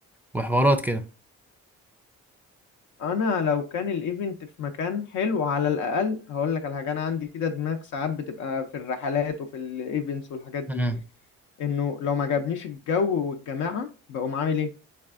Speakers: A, in the centre; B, on the left.
A: وحوارات كده
B: انا لو كان الايفنت في مكان حلو على الاقل هقول لك على حاجه انا عندي كده دماغ ساعات بتبقى في الرحلات وفي الايفنتس والحاجات دي
A: مم.
B: انه لو ما عجبنيش الجو والجماعه بقوم عامل ايه